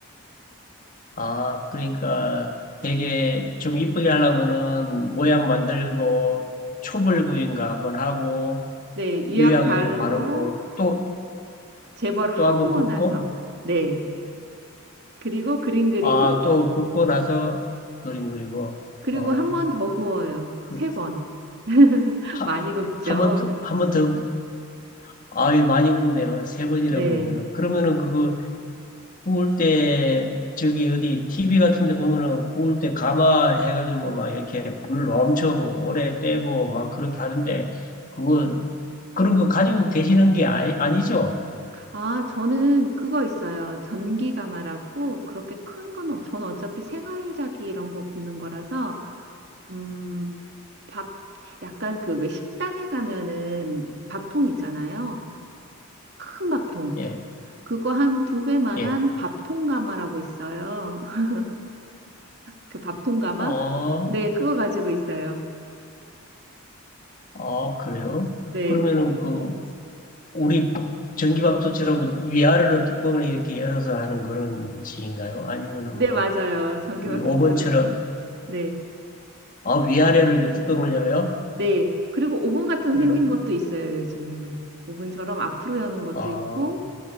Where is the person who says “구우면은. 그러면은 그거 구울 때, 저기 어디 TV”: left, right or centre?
Left